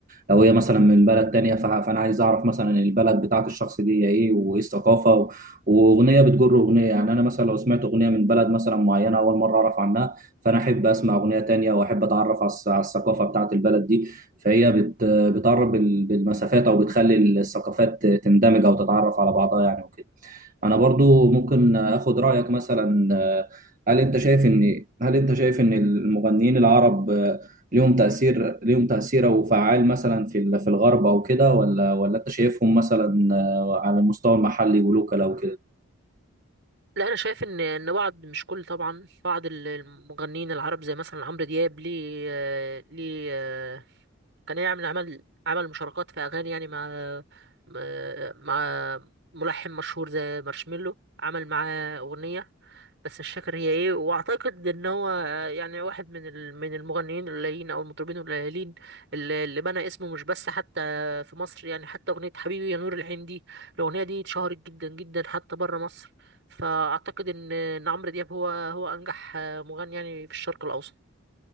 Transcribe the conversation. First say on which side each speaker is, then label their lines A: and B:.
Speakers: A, on the right; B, on the right.
A: لو هي مثلا من بلد تانية فه- فانا عايز اعرف مثلا البلد بتاعت الشخص دي هي ايه وايه الثقافه و- واغنيه بتجر اغنيه يعني انا مثلا لو سمعت اغنيه من بلد مثلا معينه اول مره اعرف عنها فانا احب اسمع اغنيه تانية واحب اتعرف على الس- على الثقافه بتاعت البلد دي فهي بت بتقرب ال- بالمسافات او بتخلي الثقافات تندمج او تتعرف على بعضها يعني وكده انا برضو ممكن اخد رايك مثلا آه، هل انت شايف ان هل انت شايف ان المغنيين العرب ليهم تأثير ليهم تأثير أو فعال مثلا في ال- في الغرب أو كده ولا ولا أنت شايفهم مثلا آه، على المستوى المحلي ولوكال أو كده؟
B: لا أنا شايف إن إن بعض مش كل طبعا بعض ال- المغنيين العرب زي مثلا عمرو دياب ليه آه، ليه آه، كان يعمل عمل عمل مشاركات في أغاني يعني مع مع مع ملحن مشهور زي مارشميلو عمل معاه أغنية بس مش فاكر هي ايه واعتقد ان هو آه، يعني واحد من ال- من المغنيين القليلين او المطربين القليلين اللي اللي بنى اسمه مش بس حتى في مصر يعني حتى اغنيه حبيبي يا نور العين دي الاغنيه دي اتشهرت جدا جدا حتى بره مصر فاعتقد ان ان عمرو دياب هو هو انجح آه، مغني يعني في الشرق الاوسط